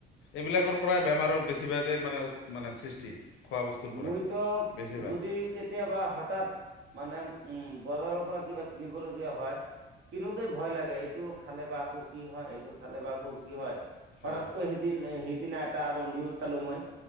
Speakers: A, on the left (about 85°); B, on the right (about 70°).
A: এইবিলাকৰ পৰাই বেমাৰৰ বেছিভাগেই মানে মানে সৃষ্টি। খোৱা বস্তুৰ পৰাই
B: মইতো
A: বেছিভাগ
B: যদি কেতিয়াবা হঠাৎ মানে উম, বজাৰৰ পৰা কিবা কিনিবলগীয়া হয়। কিনোতেই ভয় লাগে এই এইটো খালে বা আকৌ কি হয় এইটো খালে বা আকৌ কি হয়। পতককৈ
A: হয়
B: সেইদিন-সেইদিনা এটা আৰু নিউজ চালো মই